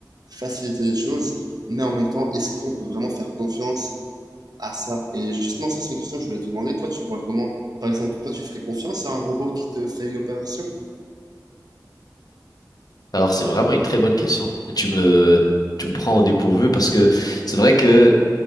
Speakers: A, on the right (about 65°); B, on the left (about 60°).
A: faciliter les choses, mais en même temps, est-ce qu'on peut vraiment faire confiance à ça? Et justement, ça, c'est une question que je voulais te demander. Toi, tu vois comment, par exemple, toi, tu ferais confiance à un robot qui te fait une opération?
B: Alors, c'est vraiment une très bonne question. Tu me, tu me prends au dépourvu parce que c'est vrai que